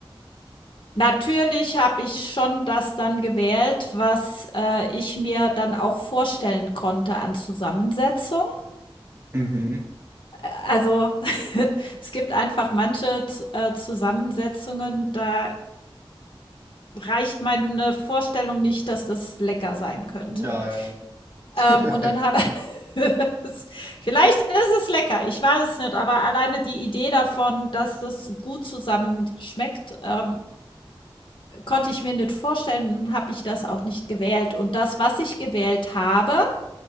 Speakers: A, on the left; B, on the right.
A: Natürlich habe ich schon das dann gewählt, was, äh, ich mir dann auch vorstellen konnte an Zusammensetzung.
B: Mhm.
A: Äh, also, <laughs> es gibt einfach manche Z äh, Zusammensetzungen, da reicht meine Vorstellung nicht, dass das lecker sein könnte.
B: Ja, ja, ja. <laughs>
A: Ähm, und dann habe <laughs> es vielleicht ist es lecker, ich weiß es nicht, aber alleine die Idee davon, dass das gut zusammen schmeckt, ähm Konnte ich mir nicht vorstellen, dann habe ich das auch nicht gewählt. Und das, was ich gewählt habe